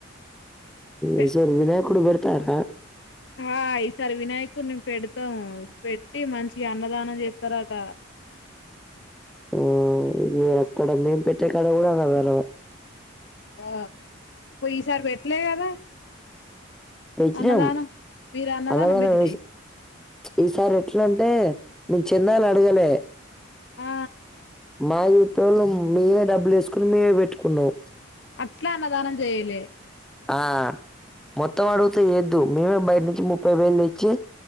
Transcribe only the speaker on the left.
పె
ఆ ఈసారి వినాయకున్ని పెడతాము. పెట్టి మంచిగ అన్నదానం చేస్తారట
ఆ ఈసారి పెట్లే కదా.
అన్నదానం మీరు
పెట్టిర్రా
ఆ
అట్ల అన్నదానం చేయలే.